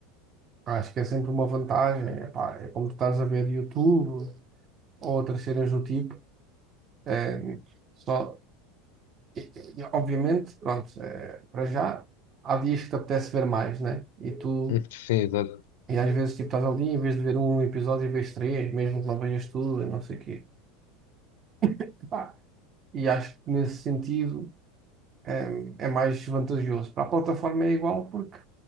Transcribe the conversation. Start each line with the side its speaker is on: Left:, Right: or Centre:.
Right: acho que é sempre uma vantagem. Epá, é como tu estás a ver YouTube ou outras cenas do tipo. eh, só, e- e- obviamente, pronto, eh, para já, há dias que te apetece ver mais, né? E tu,
Left: <laughs> Sim, exato.
Right: e às vezes, tipo, estás ali, em vez de ver um episódio, vês três, mesmo que não vejas tudo, e não sei o quê. Epá, E acho que nesse sentido eh, é, mais vantajoso. Para a plataforma é igual porque